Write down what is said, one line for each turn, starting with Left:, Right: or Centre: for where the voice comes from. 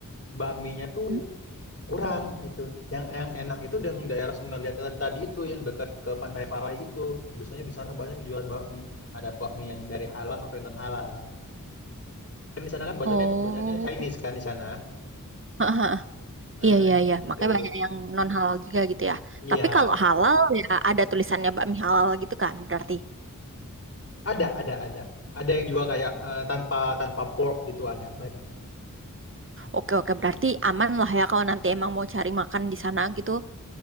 Left: bakminya tuh
Right: Hmm?
Left: Kurang gitu, yang yang enak itu yang daerah Sungai Latihan tadi itu, yang dekat ke Pantai Parai itu. Biasanya di sana banyak yang jualan bakmi, ada bakmi yang dari halal sampai non halal. Kan di sana kan banyaknya
Right: Oh,
Left: banyaknya Chinese kan di sana,
Right: aha, aha.
Left: heeh,
Right: iya iya
Left: jadi
Right: iya.
Left: begitu.
Right: Makanya banyak yang non halal juga gitu ya.
Left: Iya,
Right: Tapi kalau halal ya ada tulisannya bakmi halal gitu kan berarti.
Left: ada ada ada. Ada yang jual kayak, eee, tanpa tanpa pork gitu ada, banyak.
Right: Oke, oke, berarti aman lah ya kalau nanti emang mau cari makan di sana gitu.